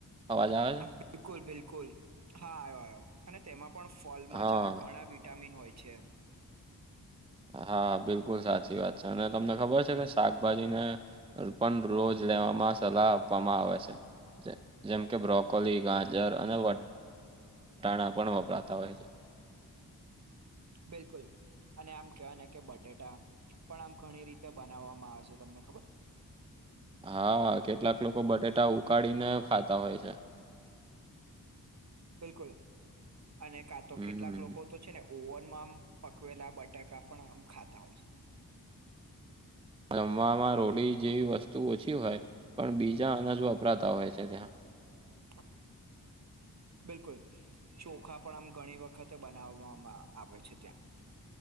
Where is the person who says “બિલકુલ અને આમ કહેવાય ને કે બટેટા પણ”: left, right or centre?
Right